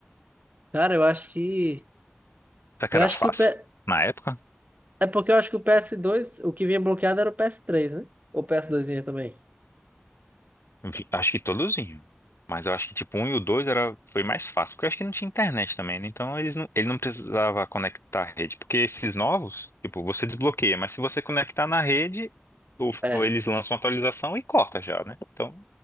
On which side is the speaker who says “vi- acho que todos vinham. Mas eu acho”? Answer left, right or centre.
Left